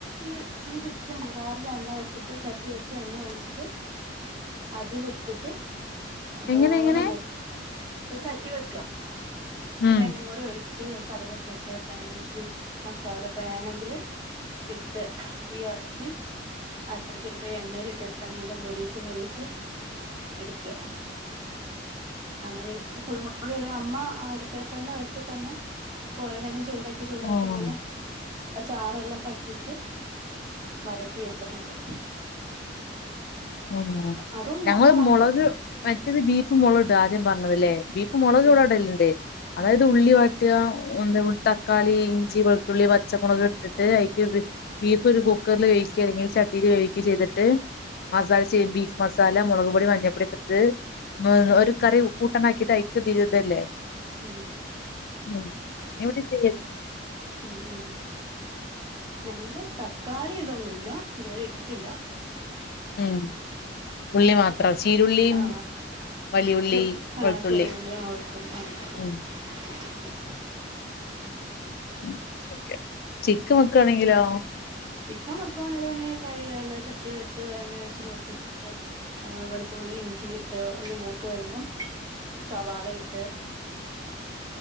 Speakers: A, on the right (about 25°); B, on the left (about 55°).
A: ഈയ് ഈ ചിക്കൻണ്ട വേറൊരു എണ്ണ ഒഴിച്ചിട്ട് ചട്ടി വെച്ച് എണ്ണ ഒഴിച്ചിട്ട് അതിലിട്ടിട്ട് നല്ലോലെ
B: എങ്ങനെ എങ്ങനെ
A: മൂപ് ഇപ്പ ചട്ടി വെക്ക ഇച്ചിരി
B: ഉം
A: എണ്ണേം കൂടെ ഒഴിച്ച് ച്ച് കട്കൊക്കെ ഇട്ട് വേണെങ്കിൽ ച്ച് മസാല വേണെങ്കില് ഇട്ട് ഈ എർച്ചിം അതൊക്കെ ഇട്ടിട്ട് എണ്ണേൽ ഇട്ട്ട്ട് അങ്ങട് മാെരീച്ച് മാെരീച്ച് ഇടുക്കാ അങ്ങനെണ് ഇപ്പൊ കുരുമുള്ളക്ക് വേറെ അമ്മ ആ അടുപ്പേ തന്നെ വെച്ചിട്ട് തന്നെ കൊറേ നേരം ചൂട ചൂടാക്കി
B: ആഹ്
A: അങ്ങനെ ആ ചാറെല്ലാം പറ്റിച്ച് വരട്ടി എടുത്തിട്ടുണ്ട്
B: പിന്നെ
A: അതും
B: ഞങ്ങള്
A: നല്ലതാണ്
B: മുളക്
A: കേട്ടോ
B: മറ്റത് ബീ ബീഫ് മുള ഇട്ടാ ആദ്യം പറഞ്ഞതല്ലേ ബീഫ് മുളക് ഇവിടെ
A: ഉം
B: ഇടലുണ്ട് അതായത് ഉള്ളി വട്ടി ട്ടാ, എന്താ തക്കാളി ഇഞ്ചി വെളുത്തുള്ളി പച്ചമുളക് ഇട്ടിട്ട് ആയിക്ക് ഇത് ബീഫ് ഒരു കുക്കറിൽ വേവിക്കുക അല്ലെങ്കിൽ ചട്ടിൽ വേവിക്കുക ചെയ്തിട്ട് മസാല ചെബി മസാല മുളക് പൊടി മഞ്ഞപോടിയൊക്കെ ഇട്ട്
A: ഉം
B: ഒരു കറി ഉപ്പ് കൂട്ടനാക്കിട്ട് ആയിക്ക് ഇതിടല്ലേ
A: ഉം
B: ഉം ഇവിടെ എന്താ ചെയ്
A: ഉം ഉം ഞങ്ങള് തക്കാളി ഇടൊന്നുല്ല ഇതുവരെ ഇട്ടിട്ടില്ല
B: ഉം ഉള്ളി മാത്രം ചീരുള്ളിയും
A: ആഹ്
B: വലിയുള്ളി
A: ച്ച്, ആഹ്
B: വെളുത്തുള്ളി
A: ചെറിയഉള്ളി ആഹ് വെളുത്തുള്ളി ആഹ്
B: ഉം എന്തൊക്കെ ചിക്കാൻവേക്കാണെങ്കിലോ
A: ഉം ചിക്കൻ വെക്കുവാണേല് അങ്ങനെ കഴിക്കി ചട്ടി ചട്ടി വെച്ച് എണ്ണ വെച്ച് മൂപ്പിച്ചിട്ട് ഏ വെളുത്തുള്ളി ഇഞ്ചിയിട്ട് ഒന്ന് മൂത്ത് വരുമ്പോ സവാളയിട്ട്